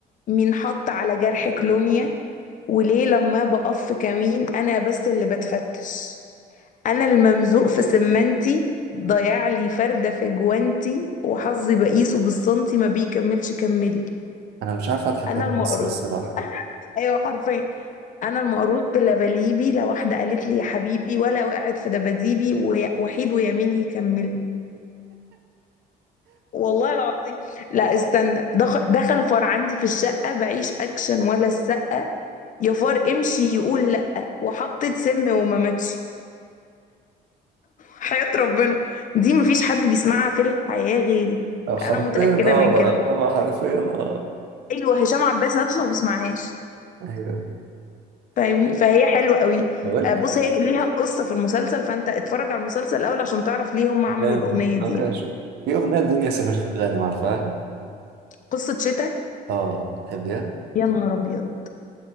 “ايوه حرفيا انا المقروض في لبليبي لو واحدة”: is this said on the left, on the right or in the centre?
Left